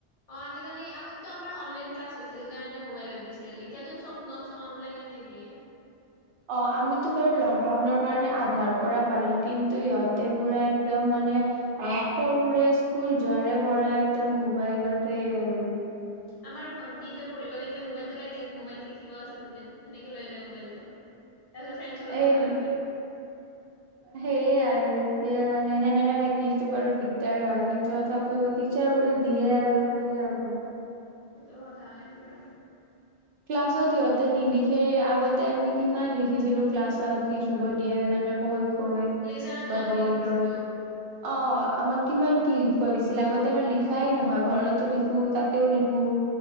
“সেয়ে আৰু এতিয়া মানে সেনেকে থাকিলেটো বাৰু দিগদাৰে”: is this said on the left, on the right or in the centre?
Right